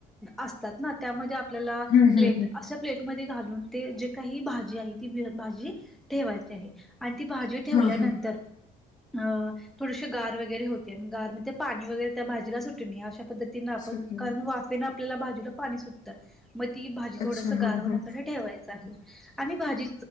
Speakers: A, in the centre; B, on the left.
A: असतात ना. त्यामध्ये आपल्याला
B: हम्म
A: प्लेट
B: हम्म हम्म
A: अश्या प्लेटमध्ये घालून ते जे काही भाजी आहेत ती भाजी ठेवायची आहे आणि ती भाजी ठेवल्यानंतर,
B: हा हा
A: अं थोडीशी गार वगैरे होते आणि गार म ते पाणी वगैर त्या भाजीला सुटून नाही. अशा पद्धतीन आपण,
B: सुटले
A: कारण वाफेने आपल्याला भाजीला पाणी सुटत. मग ती भाजी
B: अच्छा
A: थोडस
B: हा
A: गार होण्यासाठी
B: हा
A: ठेवायचं आहे आणि भाजी